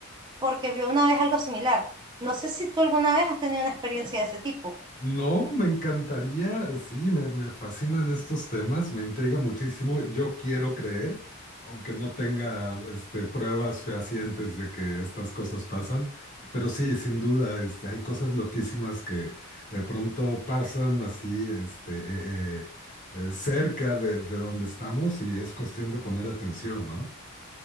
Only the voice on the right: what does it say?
porque vio una vez algo similar. No sé si tú alguna vez has tenido una experiencia de ese tipo.